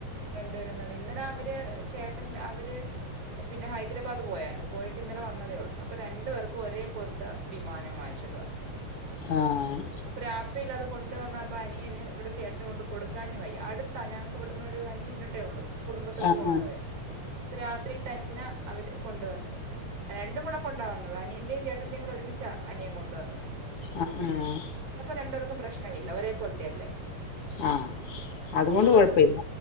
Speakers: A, on the right; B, on the left.
A: രണ്ട് പേരും തമ്മിൽ ഇന്നലെ അവര് ചേട്ടൻ അവര് പിന്നെ ഹൈദരാബാദ് പോയരുന്നു പോയിട്ട് ഇന്നലെ വന്നതേ ഉള്ളു അപ്പൊ രണ്ടു പേർക്കും ഒരേ പോലത്തെ വിമാനം വാങ്ങിച്ചോണ്ട് വന്ന്
B: ആഹ്
A: അപ്പൊ രാത്രിയിൽ അത് കൊണ്ട് വന്നാ അപ്പ അനിയന് ഇവിടെ ചേട്ടന് കൊണ്ട് കൊടുക്കാന് വയ്യ അടുത്താ ഞങ്ങക്ക് ഇവിടുന്ന് ഒരു അഞ്ച് മിനിറ്റേ ഉള്ളൂ. കുടുംബത്തോട്ട്
B: ആഹ്
A: പോകാതെ ഇപ്പ രാത്രി തന്നെ അവര് കൊണ്ടുവന്ന് രണ്ടും കൂടെ കൊണ്ടാ വന്നത് അനിയന്റെയും ചേട്ടന്റെയും കൂടെ ഒരുമിച്ചാ അനിയൻ കൊണ്ടുവന്നത്.
B: ആഹ് ആഹ്
A: രണ്ട് പേർക്കും പ്രശ്നമില്ല ഒരെ പോലത്തെയല്ലേ
B: ആഹ അതുകൊണ്ട്
A: അപ്പൊ അതൊക്കെ
B: കൊഴപ്പില്ല.
A: വെച്ച്